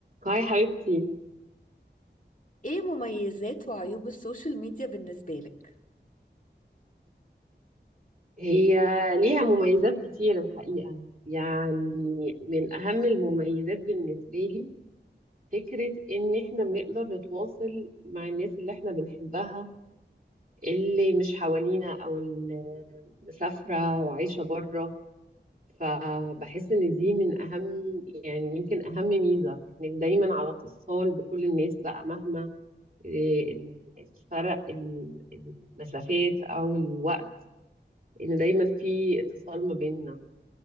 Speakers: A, on the right; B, on the left.
A: هاي حبيبتي
B: ايه مميزات وعيوب السوشيال ميديا بالنسبة لك؟
A: هي ليها مميزات كتير الحقيقة يعني من أهم المميزات بالنسبة لي فكرة إن إحنا بنقدر نتواصل مع الناس اللي إحنا بنحبها اللي مش حوالينا أو اللي مسافرة وعايشة بره فبحس إن دي من أهم يعني يمكن أهم ميزة إنك دايما على اتصال بكل الناس بقى مهما إيه، الفرق المسافات أو الوقت ان دايما في اتصال ما بيننا